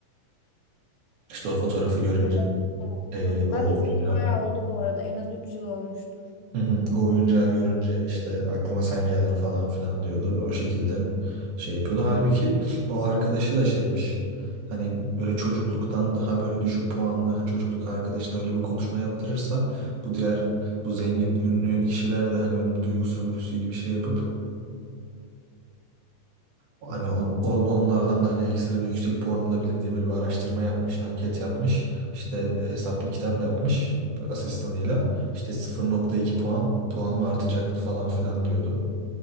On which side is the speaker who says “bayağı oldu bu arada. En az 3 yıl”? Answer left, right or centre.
Left